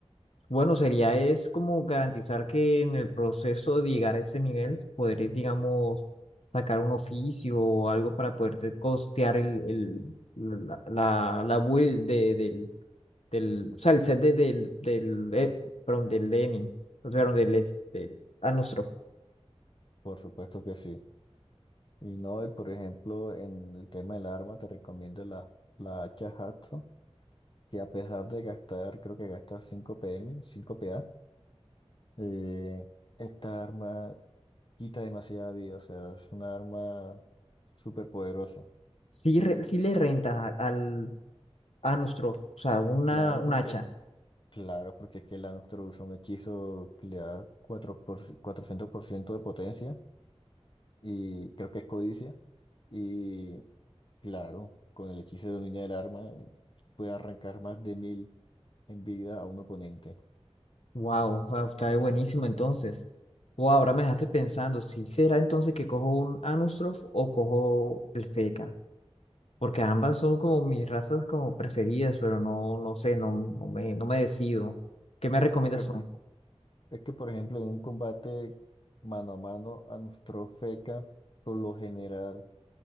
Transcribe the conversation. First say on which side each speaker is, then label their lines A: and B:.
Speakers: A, on the left; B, on the left.
A: Bueno, sería es como garantizar que en el proceso de llegar a ese nivel podré, digamos, sacar un oficio o algo para poderte costear el, el, la, la, la build de, del, del, o sea, el set de, del, del, eh, perdón, del Lenin, o sea, del, es- del Anostrof.
B: Por supuesto que sí. Y no, y por ejemplo, en el tema del arma te recomiendo la, la hacha Hatso, que a pesar de gastar, creo que gasta 5 PM, 5 PA, eh, esta arma quita demasiada vida, o sea, es una arma súper poderosa.
A: Sí, re- sí le renta al Anostrof, o sea, una,
B: Claro,
A: un
B: porque
A: hacha.
B: Claro, porque es que la Nocturne usa un hechizo que le da cuatro por, ci- 400% de potencia y creo que es codicia. Y claro, con el hechizo de dominio del arma puede arrancar más de 1000 en vida a un oponente.
A: Wow, wow, está buenísimo entonces. Wow, ahora me dejaste pensando, si será entonces que cojo un Anustrof o cojo el Feca? Porque ambas son como mis razas como preferidas, pero no, no sé, no, no me, no me decido. ¿Qué me recomiendas
B: Yo
A: tú?
B: creo es que, por ejemplo, en un combate mano a mano, Anustro Feca, por lo general,